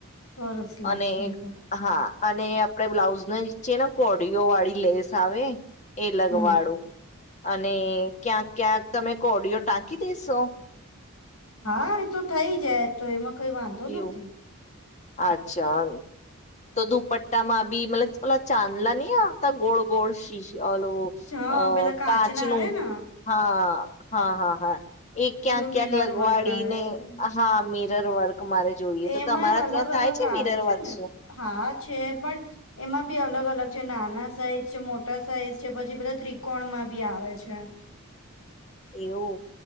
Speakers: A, on the left; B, on the left.
A: સરસ લાગશે
B: અને
A: એ તો.
B: હા અને આપડે બ્લાઉઝ ના નીચેન કોડીઓ વાળી લેસ આવે એ લગવાળું.
A: હમ
B: અને ક્યાંક ક્યાંક તમે કોડિયો ટાંકી દેેશો?
A: હા એ તો થઈ જાય તો એમાં કઈ વાંધો નથી
B: એવું અચ્છા <inaudible> તો દુપટ્ટા માં બી મતલબ ઓલા ચાંદલા નહી આવતા ગોળ ગોળ શી ઓલું
A: હા
B: અ
A: પેલા કાચના
B: કાચ નું
A: આવે ને
B: હા હા હા હા એ ક્યાંક
A: પેલું
B: ક્યાંક
A: મિલર
B: લગવાડી
A: વર્ક આવે
B: ને હા મીરર વર્ક તમારે જોઈએ
A: એમાંય
B: તો તમારા
A: અલગ
B: ત્યાં થાય
A: અલગ
B: છે
A: આવે
B: મિરર વર્ક
A: ને હા છે પણ એમાં બી અલગ અલગ છે નાના સાઈઝ છે મોટા સાઈઝ છે પછી પેલાા ત્રિકોણ માં બી આવે છે
B: એવું